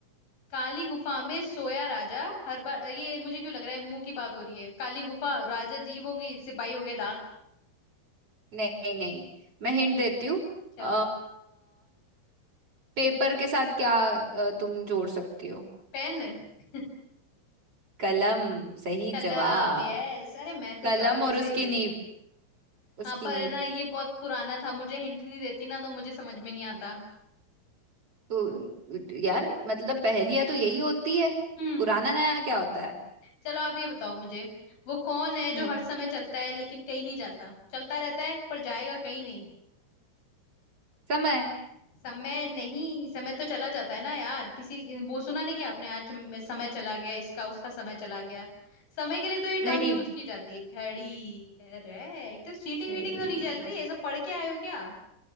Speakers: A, on the left; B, on the right.
A: काली गुफा में सोया राजा हर बार ये मुझे क्यों लग रहा है मुंह की बात हो रही है काली गुफा राजा जीव होगी सिपाही हो गए दांत
B: नहीं नहीं मैं हिंट देती हूँ
A: चलो
B: अ पेपर के साथ क्या अ, तुम जोड़ सकती हो
A: पेन <laughs>
B: कलम सही
A: कलम
B: जवाब
A: यस अरे मैं
B: कलम
A: तो जवाब ही
B: और
A: सही
B: उसकी
A: देती
B: नीब
A: हूँ
B: उसकी
A: हाँ पर
B: नीब
A: है ना ये बहुत पुराना था मुझे हिंट नहीं देती ना तो मुझे समझ में नहीं आता
B: तो यार मतलब पहेलियां तो यही होती है
A: हम्म
B: पुराना नया क्या होता है
A: चलो आप ये बताओ मुझे वो कौन है जो
B: हम्म
A: हर समय चलता है लेकिन कहीं नहीं जाता चलता रहता है पर जाएगा कहीं नहीं
B: समय
A: समय नहीं समय तो चला जाता है ना यार किसी वो सुना नहीं कि आपने आज में समय चला गया इसका उसका समय चला गया समय के लिए तो ये
B: घड़ी
A: टर्म यूज की जाती है घड़ी कह रहे एक तो चीटिंग
B: घड़ी
A: वीटिंग तो नहीं चल रही है ये सब पढ़ के आए हो क्या